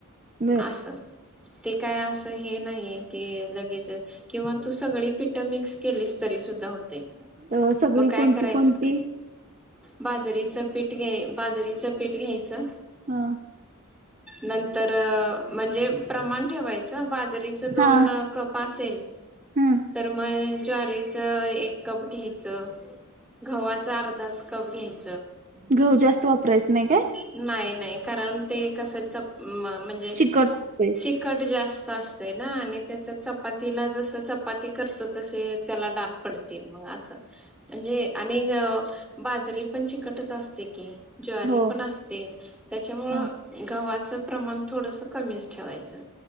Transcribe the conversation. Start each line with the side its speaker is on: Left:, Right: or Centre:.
Right: बर
Centre: असस ते काय असं हे नाहीये की लगेच किंवा तू सगळी पिठ मिक्स केलीस तरी सुद्धा होतय.
Right: अ, सगळी
Centre: मग काय
Right: कोणती
Centre: करायचं,
Right: कोणती
Centre: बाजरीच पीठ घ्याय बाजरीचं पीठ घ्यायचं.
Right: हा
Centre: नंतर म्हणजे प्रमाण ठेवायचं बाजरीच दोन
Right: हा
Centre: कप असेल,
Right: हम्म
Centre: तर मग ज्वारीेचं एक कप घ्यायचं. गव्हाचा अर्धाच कप घ्यायचा,
Right: घेऊ जास्त वापरायच नाही काय?
Centre: नाही नाही कारण ते कसच म्हणजे
Right: चिकट होतंय
Centre: चिकट जास्त आसतय ना आणि चपातीला जस चपाती करतो तसे त्याला डाग पडत ते मग आस म्हणजे आणि बाजरी पण चिकटच असते की ज्वारी
Right: हो
Centre: पण आसते त्याच्यामुळं
Right: हा
Centre: गव्हाच् प्रमाण थोडसं कमीच ठेवायचं